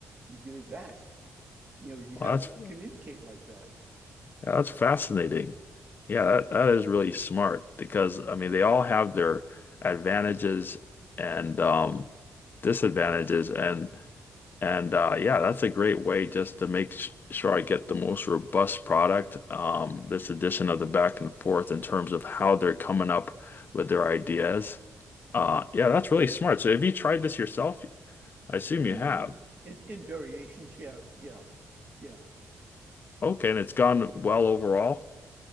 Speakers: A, on the right; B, on the left.
A: you give it back. You know, you
B: Well,
A: have
B: that's
A: them communicate like that.
B: Yeah, That's fascinating. Yeah, that, that is really smart because I mean they all have their advantages and um disadvantages and and uh yeah, that's a great way just to make sh sure I get the most robust product. Um this addition of the back and forth in terms of how they're coming up with their ideas. Uh yeah, that's really smart. So have you tried this yourself? I assume
A: In
B: you have.
A: in in in, in variations, yeah, yeah, yeah.
B: Okay, and it's gone well overall.